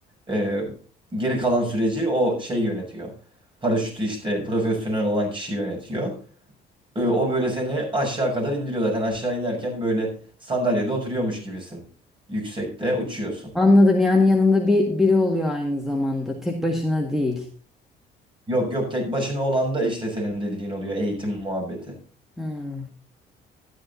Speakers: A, on the right (about 30°); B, in the centre.
A: e, geri kalan süreci o şey yönetiyor. Paraşütü işte profesyonel olan kişi yönetiyor. E, o böyle seni aşağı kadar indiriyor zaten. Aşağı inerken böyle sandalyede oturuyormuş gibisin. Yüksekte uçuyorsun.
B: Anladım yani yanında bir biri oluyor aynı zamanda tek başına değil.
A: Yok yok tek başına olan da işte senin dediğin oluyor eğitim muhabbeti.
B: Hmm.